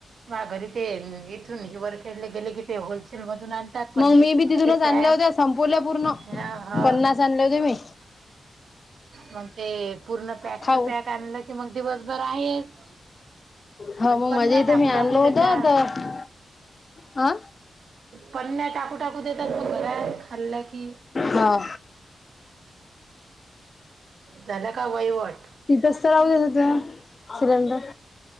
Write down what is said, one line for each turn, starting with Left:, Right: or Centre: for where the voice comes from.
Right: माघारी ते, इथून हिवर खेडले गेले की ते होलसेलमधून आण. त्यातपण
Left: मग
Right: मी पूर्ण
Left: बी तिथूनच
Right: ते पॅक,,
Left: आणल्या होत्या संपवल्या पूर्ण
Right: हां हं
Left: पन्नास आणले होते मी
Right: मगं ते पूर्ण पॅकच
Left: खाऊन
Right: पॅक आणलं की मग दिवसभर आहेच,
Left: हा मग
Right: पण
Left: माझ्या
Right: नाही
Left: इथं
Right: टाक
Left: मी
Right: ठ
Left: आणलं
Right: टाकू देेता
Left: होतं तर आ
Right: पण नाही टाकू टाकू देतात मग घरात खाल्लं की
Left: हा
Right: झाल का वहीवट?
Left: तिथच तर तिथ राहू दे तिथ सिलेंडर.